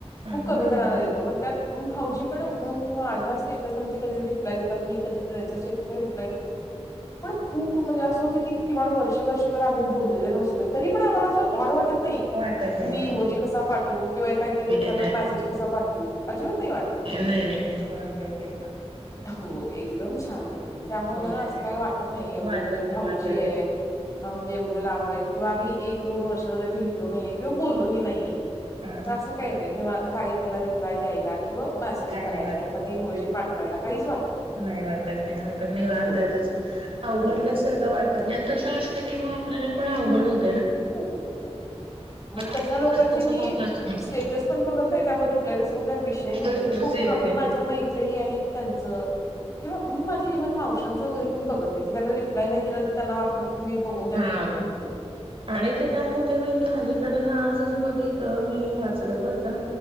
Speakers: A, on the left (about 30°); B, on the right (about 55°).
A: खूप
B: बरोबर
A: कमी जणांना
B: ना
A: देतो. मग त्यात भाऊजी पण मग माझ्या स्टेटसला म्हणजे कधी रिप्लाय देतात. मी कधी त्यांच्या स्टेटसला रिप्लाय देतात पण खूप म्हणजे असं होते की किमान वर्षे वर्षभर आम्ही बोललेलो नसतोय. तरी पण आम्हाला असं ऑड वाटत नाही. क
B: वाटत नाही
A: मी
B: नाही
A: मोजी कसा पाठवू किंवा काहीतरी
B: नाही
A: एखाद मेसेज कसा पाठवू अजिबात नाही वाटत.
B: नाही नाही नाही नाही हो प तेकण.
A: हो एकदम छान म्हण त्यामुळे
B: होय
A: ना असं काही वाटत नाही एवढं
B: वाटत
A: म्हणजे
B: नाही
A: भाऊजी
B: वाटत
A: आहे
B: नाही
A: हा म्हणजे एवढं लांब किंवा आम्ही एक, दोन वर्ष झाले भटलो नाहीे किंवा बोललोही नाही
B: हा
A: तर असं काही नाही काही त्यांना रिप्लाय द्यायला किंवा मेसेज
B: काय
A: करायला
B: नाही वाटत
A: एखाद्या इमोजी
B: नाही नाही
A: पाठवायला काहीच वाटत
B: नाही वाटत नाही वाटत नाही वानताय
A: होय,
B: तसं
A: होय.
B: अवघडल्यासारखं
A: हो, हो.
B: वाटत नाही आणि तसं असलं की म आप मला पण अवघड होतं.
A: हो हो हो. मग तशा
B: असेल
A: लोकांचे
B: तर तसं
A: मी
B: होऊन जात नाही
A: स्टेटस पण बघत नाही त्यामुळे रिप्लाय त्या म काही विषय नाही
B: प्रश्नच
A: मी खूप खूप
B: येत
A: कमी
B: नाही
A: माझ्या मैत्रिणी आहेत त्यां च किंवा मी माझ्या इव्हन मावशांच वगैरे पण बघत आहे की त्याला रिप्लाय नाही दिला तर त्यांना वाटणार मी बघून त्यांना
B: हा
A: इग्नोर केलं.
B: आणि ते काय होते माहितीे अलीकड ना आजच बघे का मी हे वाचलं बरं का.